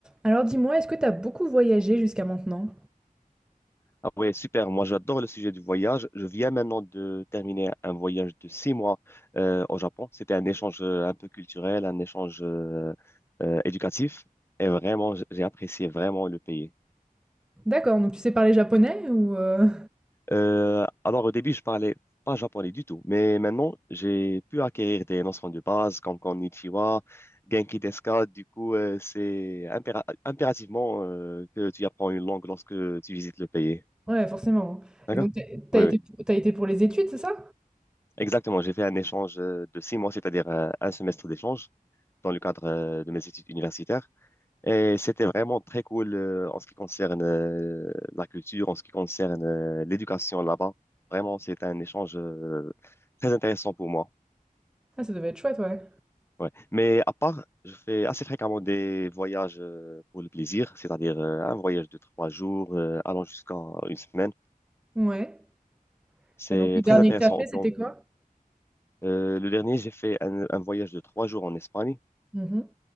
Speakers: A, in the centre; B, on the left.
A: Alors dis-moi, est-ce que t'as beaucoup voyagé jusqu'à maintenant?
B: Ah ouais, super. Moi, j'adore le sujet du voyage. Je viens maintenant de terminer un voyage de six mois euh, au Japon. C'était un échange euh, un peu culturel, un échange euh, euh, éducatif. Et vraiment, j- j'ai apprécié vraiment le pays.
A: D'accord, donc tu sais parler japonais ou euh,
B: Euh, alors, au début, je parlais pas japonais du tout. Mais maintenant, j'ai pu acquérir des notions de base comme Konnichiwa, Genki desu ka. Du coup, euh, c'est impéra- impérativement euh, que tu apprends une langue lorsque tu visites le pays.
A: <laughs> Ouais, forcément.
B: D'accord?
A: Et donc t'as t'as
B: Oui,
A: été
B: oui.
A: pour, t'as été pour les études, c'est ça?
B: Exactement, j'ai fait un échange euh, de six mois, c'est-à-dire un, un semestre d'échange dans le cadre euh, de mes études universitaires. Et c'était vraiment très cool euh, en ce qui concerne euh, la culture, en ce qui concerne euh, l'éducation là-bas. Vraiment, c'est un échange euh, très intéressant pour moi.
A: Ah, ça devait être chouette, ouais.
B: Ouais. Mais à part, je fais assez fréquemment des voyages euh, pour le plaisir, c'est-à-dire euh, un voyage de trois jours euh, allant jusqu'à une semaine.
A: Ouais.
B: C'est
A: Et donc le dernier
B: très intéressant
A: que t'as fait,
B: au plan.
A: c'était quoi?
B: Euh, le dernier, j'ai fait un, un voyage de trois jours en Espagne.
A: Mhm.